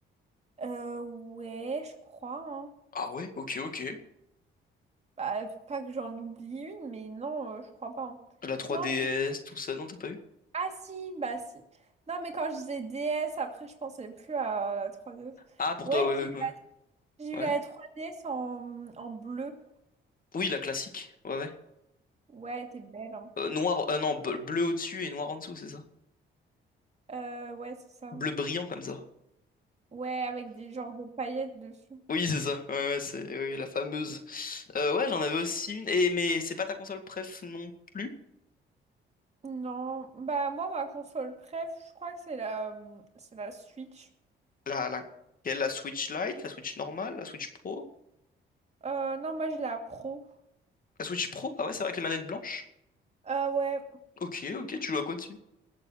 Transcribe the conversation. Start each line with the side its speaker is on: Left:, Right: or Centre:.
Right: Euh, ouais, je crois. hein.
Left: Ah ouais, ok, ok.
Right: Bah, pas que j'en oublie une, mais non, euh, je crois pas. hein.
Left: La 3DS,
Right: Non, c'est-
Left: tout ça, non, t'as pas eu?
Right: ah si, bah si. Non, mais quand je disais DS, après, je pensais plus à la 3DS.
Left: Ah, pour
Right: Ouais,
Left: toi, ouais,
Right: j'ai eu
Left: ouais, ouais.
Right: la, j'ai eu la
Left: Ouais.
Right: 3DS en, en bleu.
Left: Oui, la classique. Ouais, ouais.
Right: Ouais, elle était belle. hein.
Left: Euh, noir, euh, non, bleu bleu au-dessus et noir en dessous, c'est ça?
Right: Euh, ouais, c'est ça.
Left: Bleu brillant comme ça.
Right: Ouais, avec des genres de paillettes dessus.
Left: Oui, c'est ça. Ouais, ouais, c'est oui, la fameuse. Euh, ouais, j'en avais aussi une. Et, mais c'est pas ta console préf non plus?
Right: Non, bah moi, ma console préf, je crois que c'est la, hum, c'est la Switch.
Left: La, la, quelle, la Switch Lite, la Switch normale, la Switch Pro?
Right: Euh, non, moi, j'ai la Pro.
Left: La Switch Pro? Ah ouais, c'est vrai avec les manettes blanches.
Right: Euh, ouais.
Left: Ok, ok, tu joues à quoi dessus?